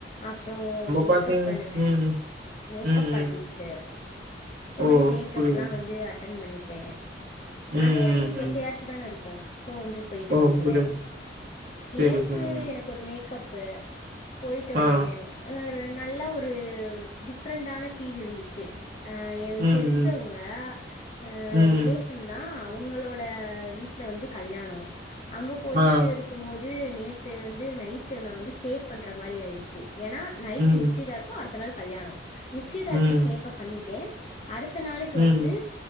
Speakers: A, on the left (about 35°); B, on the right (about 50°).
A: அப்றோம் மேக்கப்
B: பாத்தீங்க
A: பண்ணுவே
B: ம்
A: மேக்கப்
B: ம்
A: ஆர்ட்டிஸ்ட்
B: ம்
A: சோ
B: ஓ
A: வந்து மேகப்
B: புரியுது
A: எல்லாம் வந்து அட்டன் பண்ணிப்பே
B: ம்
A: அது நம்மளுக்கு
B: ம்
A: எப்பயாச்சுதான
B: ம்
A: இருக்கும் சோ வந்து போயிட்டு
B: ஓ
A: வந்துருவே
B: புரியுது சரி
A: நேத்து
B: சரி
A: எனக்கு ஒரு மேக்கப் போயிட்டு வந்தே
B: ஆ
A: ஆ நல்ல ஒரு டிஃப்ரெண்ட்டான ஃபீல் இருந்துச்சு எனக்கு
B: ம்
A: தெரிஞ்சவங்க
B: ம்
A: அ
B: ம்
A: ரிலேஷ் ன்னா அவுங்களோட வீட்ல வந்து கல்யாணோம் அங்க போயிட்டு
B: ஆ
A: இரு க்கும் போது நேத்து வந்து நைட்டு நான் வந்து ஸ்டே பண்ற மாரி ஆயிடுச்சு ஏன்னா நைட்டு
B: ம்
A: நிச்சயதார்த்த த்தோ அடுத்த நாள் கல்யாணோம் நிச்சயதரத்துக்கு
B: ம்
A: மேக்கப் பண்ணிட்டே அடுத்த நாளுக்கு வந்து
B: ம்